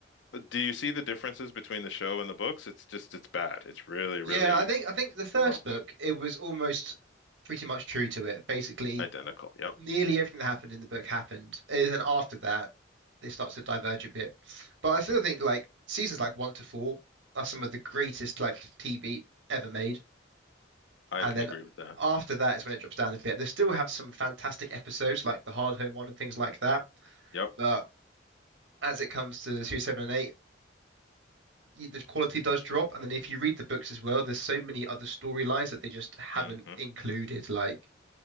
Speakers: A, on the left (about 75°); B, on the right (about 75°).
A: Do you see the differences between the show and the books? It's just, it's bad. It's really, really
B: yeah, I think I think the first
A: uh,
B: book it was almost pretty much true to it. Basically,
A: identical. Yep.
B: nearly everything that happened in the book happened. And then after that, it starts to diverge a bit. But I still think like seasons like one to four are some of the greatest like TV ever made.
A: I
B: And
A: can
B: then
A: agree with that.
B: after that is when it drops down a bit. They still have some fantastic episodes like the Hard Home one and things like that.
A: Yep.
B: But as it comes to series seven and eight, the quality does drop. And then if you read the books as well, there's so many other storylines that they just haven't
A: hmm
B: included. Like